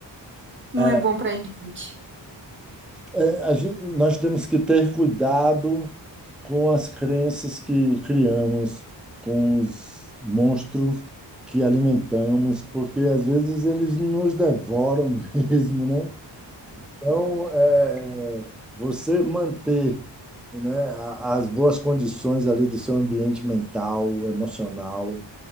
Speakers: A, on the right; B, in the centre.
A: Não
B: É,
A: é bom pra gente.
B: é, a gente, nós temos que ter cuidado com as crenças que criamos, com os monstros que alimentamos, porque às vezes eles nos devoram <laughs> mesmo, né? Então, é, é, você manter, né, a- as boas condições ali do seu ambiente mental, emocional,